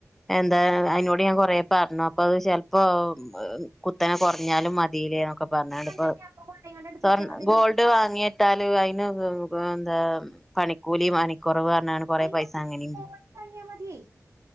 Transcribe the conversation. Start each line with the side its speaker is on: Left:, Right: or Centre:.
Centre: എന്താ <unintelligible> ൻ കൊറേ പറഞ്ഞു അപ്പൊ അത് ചെലപ്പോ കുത്തനെ കുറഞ്ഞാലും മതിയില്ല പറഞ്ഞ് ഇപ്പൊ
Right: ണ്ടെങ്കി അപ്പൊ കൊണ്ടോയിങ്ങാണ്ട് എടുത്തച്ചാ
Centre: സ്വർണ
Right: മതി
Centre: ഗോൾഡ് ് വാങ്ങിയിട്ടാല് അതിന് എന്താ പണിക്കൂലി മണിക്കുറവ് <unintelligible> കുറെ
Right: അയിന്
Centre: പൈസ അങ്ങനെയും
Right: <unintelligible> മതിയേ